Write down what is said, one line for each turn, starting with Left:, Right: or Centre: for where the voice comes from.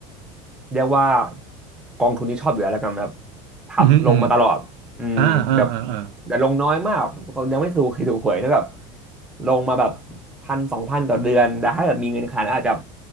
Centre: เรียกว่ากองทุนที่ชอบอยู่แล้วแล้วกันแบบทำลงมาตลอดอืมแบบ
Right: ออืมอหืมออืมอ่าอ่าอ่าอ่า
Centre: แต่ลงน้อยมากก็ยังไม่ถูกเคยถูกหวยนะแบบลงมาแบบพันสองพันต่อเดือนแต่ถ้าเกิดมีเงินขนาดนั้นอาจจะ